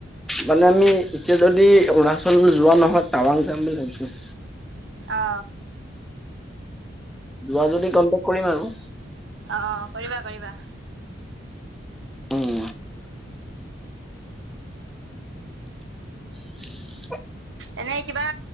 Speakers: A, in the centre; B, on the right.
A: মানে আমি এতিয়া যদি অৰুণাচল যোৱা নহয়, টাৱাং যাম বুলি ভাবিছোঁ।
B: অ।
A: যোৱা যদি কনটেক কৰিম আৰু।
B: অ, কৰিবা, কৰিবা।
A: উম, <inaudible>
B: এনেই কিবা